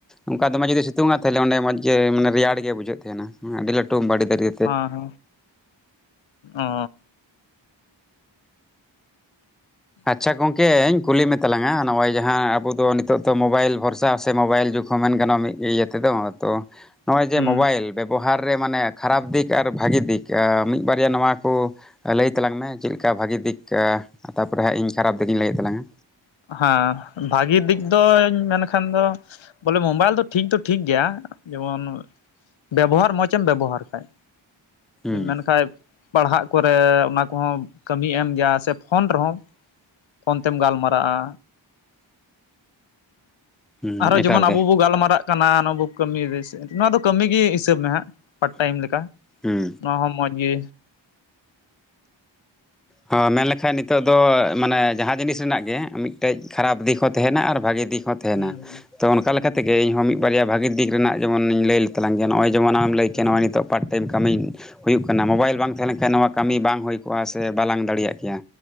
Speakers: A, in the centre; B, on the left.
A: ᱚᱱᱠᱟ ᱫᱚᱢ ᱡᱩᱫᱤ ᱥᱤᱛᱩᱝᱼᱟ᱾ᱛᱟᱦᱚᱞᱮ ᱚᱸᱰᱮ ᱢᱚᱡ ᱜᱮ ᱢᱟᱱᱮ ᱨᱮᱭᱟᱲ ᱜᱮ ᱵᱩᱡᱷᱟᱹᱜ ᱛᱟᱦᱮᱱᱟ᱾ᱟᱹᱰᱤ ᱞᱟᱹᱴᱩ ᱵᱟᱹᱲᱤ ᱫᱟᱲᱤ
B: ᱦᱚᱸ ᱚ
A: ᱟᱪᱪᱷᱟ ᱜᱚᱝᱠᱮᱧ ᱠᱩᱞᱤ ᱢᱮᱛᱟᱞᱟᱝᱟ ᱱᱚᱜᱼᱚᱭ, ᱡᱟᱦᱟ ᱟᱵᱚᱫᱚ ᱱᱤᱛᱚᱜ ᱫᱚ ᱢᱳᱵᱟᱭᱤᱞ ᱵᱷᱚᱨᱥᱟ ᱥᱮ ᱢᱳᱵᱟᱭᱤᱞ ᱡᱩᱜᱽ ᱦᱚ ᱢᱮᱱ ᱜᱟᱱᱚᱜᱼᱟ᱾ ᱢᱤᱫ ᱤᱭᱟᱹ ᱛᱮᱫᱚ ᱛᱚ ᱱᱚᱜᱼᱚᱭ ᱡᱮ
B: ᱦᱩᱸ
A: ᱢᱚᱵᱟᱭᱤᱞ ᱵᱮᱵᱚᱦᱟᱨ ᱨᱮ ᱢᱟᱱᱮ ᱠᱷᱟᱨᱟᱯ ᱫᱤᱠ ᱟᱨ ᱵᱷᱟᱹᱜᱤ ᱫᱤᱠ ᱢᱤᱫ ᱵᱟᱨᱭᱟ ᱱᱚᱣᱟ ᱠᱚ ᱞᱟᱹᱭ ᱛᱟᱞᱟᱝ ᱢᱮ ᱪᱮᱫ ᱞᱮᱠᱟ ᱵᱷᱟᱹᱜᱤ ᱫᱤᱠ ᱛᱟᱯᱚᱨᱮ ᱦᱟᱸᱜ ᱤᱧ ᱠᱷᱟᱨᱟᱯ ᱫᱤᱠ ᱤᱧ ᱞᱟᱹᱭᱮᱫ ᱛᱟᱞᱟᱝ-ᱟ
B: ᱦᱮᱸ ᱵᱷᱟᱜᱤ ᱫᱤᱠ ᱫᱚᱧ ᱢᱮᱱᱠᱷᱟᱱ ᱫᱚ ᱵᱚᱞᱮ ᱢᱳᱵᱟᱭᱤᱞ ᱫᱚ ᱴᱷᱤᱠ ᱫᱚ ᱴᱷᱤᱠ ᱜᱮᱭᱟ ᱡᱮᱢᱚᱱ ᱵᱮᱵᱚᱦᱟᱨ ᱢᱚᱡ ᱮᱢ ᱵᱮᱵᱚᱦᱟᱨ ᱠᱷᱟᱡ
A: ᱦᱩᱸ
B: ᱢᱮᱱ ᱠᱷᱟᱡ ᱯᱟᱲᱦᱟᱜ ᱠᱚᱨᱮ ᱚᱱᱟ ᱠᱚᱦᱚᱸ ᱠᱟᱹᱢᱤᱭ ᱮᱢ ᱜᱮᱭᱟ᱾ ᱥᱮ ᱯᱷᱳᱱ ᱨᱮᱦᱚᱸ ᱯᱷᱳᱱ ᱛᱮᱢ ᱜᱟᱞᱢᱟᱨ ᱟ
A: ᱦᱩᱸ
B: ᱟᱨᱚ
A: ᱮᱠᱟᱞ
B: ᱡᱮᱢᱚᱱ ᱟᱵᱚ
A: ᱜᱮ
B: ᱵᱚᱱ ᱜᱟᱞᱢᱟᱨᱟᱜ ᱠᱟᱱᱟ ᱱᱚᱣᱟ ᱵᱩ ᱠᱟᱹᱢᱤ ᱱᱚᱣᱟ ᱫᱚ ᱠᱟᱹᱢᱤ ᱜᱮ ᱦᱤᱥᱟᱹᱵ ᱢᱮ ᱦᱟᱸᱜ ᱯᱟᱨᱴ ᱴᱟᱭᱤᱢ ᱞᱮᱠᱟ᱾
A: ᱦᱩᱸ
B: ᱱᱚᱣᱟ ᱦᱚᱸ ᱢᱚᱸᱡᱽ ᱜᱮ
A: ᱦᱚᱸ ᱢᱮᱱ ᱞᱮᱠᱷᱟᱡ ᱱᱤᱛᱚᱜ ᱫᱚ ᱢᱟᱱᱮ ᱡᱟᱦᱟ ᱡᱤᱱᱤᱥ ᱨᱮᱱᱟᱜ ᱜᱮ ᱢᱤᱫᱴᱮᱡ ᱠᱷᱟᱨᱟᱯ ᱫᱤᱠ ᱦᱚ ᱛᱟᱦᱮᱱᱟ ᱟᱨ ᱵᱷᱟᱹᱜᱤ ᱫᱤᱠ ᱦᱚ ᱛᱟᱦᱮᱱᱟ
B: ᱦᱩᱸ
A: ᱛᱚ ᱚᱱᱠᱟ
B: ᱦᱩᱸ
A: ᱞᱮᱠᱟᱛᱮᱜᱮ ᱤᱧᱦᱚᱸ ᱢᱤᱫ ᱵᱟᱨᱭᱟ ᱵᱷᱟᱹᱜᱤ ᱫᱤᱠ ᱨᱮᱱᱟᱜ ᱡᱮᱢᱚᱱᱤᱧ ᱞᱟᱹᱭ ᱞᱮᱛᱟᱞᱟᱝ ᱜᱮ ᱱᱚᱜᱼᱚᱭ ᱡᱮᱢᱚᱱ ᱟ ᱞᱟᱹᱭ ᱠᱮᱜᱟ
B: ᱦᱩᱸ
A: ᱱᱚᱜᱚᱭ ᱱᱤᱛᱚᱜ ᱯᱟᱨᱴ ᱴᱟᱭᱤᱢ ᱠᱟᱹᱢᱤ ᱦᱩᱭᱩᱜ ᱠᱟᱱᱟ᱾ ᱢᱳᱵᱟᱭᱤᱞ
B: ᱦᱩᱸ
A: ᱵᱟᱝ ᱛᱟᱦᱮ ᱞᱮᱱ ᱠᱷᱟᱱ ᱱᱚᱣᱟ ᱠᱟᱹᱢᱤ ᱵᱟᱝ ᱦᱩᱭ ᱠᱚᱜᱼᱟ ᱥᱮ ᱵᱟᱞᱟᱝ ᱫᱟᱲᱮᱭᱟᱜ ᱠᱮᱭᱟ